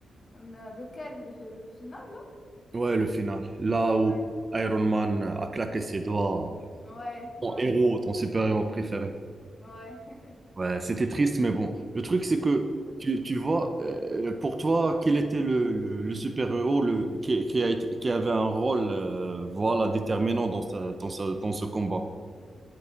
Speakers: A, on the left (about 35°); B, on the right (about 25°).
A: Hum, euh, lequel? Le, fi- le final, là?
B: Ouais, le final, là
A: Ouais,
B: où Iron Man a claqué ses doigts.
A: ouais, ouais,
B: Ton héros, ton super-héros préféré.
A: ouais.
B: Ouais, c'était triste, mais bon. Le truc, c'est
A: <laughs>
B: que
A: C'était trop triste.
B: tu, tu vois, euh, pour toi, quel était le, le, le super-héros le, qui, qui, a été- qui avait un rôle euh, voilà, déterminant dans, sa, dans, sa- dans ce combat?